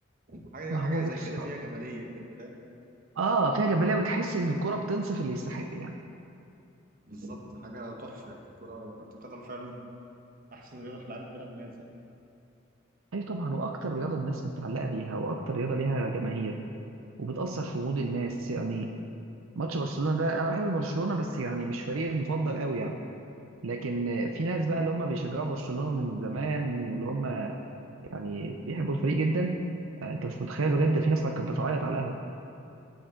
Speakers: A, on the right; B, on the right.
A: ده حاجه
B: ما
A: حاجه
B: هو بص
A: زي كده فيها جماليه كده فاهم
B: اه فيها جبليه وتحس ان الكره بتنصف اللي يستحق يعني
A: بالظبط حاجه تحفه يعني الكره كره القدم فعلا احسن رياضه في العالم بلا منازع
B: اي طبعا واكتر رياضه الناس متعلقه بيها واكتر رياضه ليها جماهير وبتاثر في مود الناس يعني ماتش برشلونه ده انا بحب برشلونه بس يعني مش فريقي المفضل قوي يعني لكن في ناس بقى اللي هم بيشجعوا برشلونه من زمان واللي هم يعني بيحبوا الفريق جدا آه، انت مش متخيل بجد في ناس كانت بتعيط على القهوه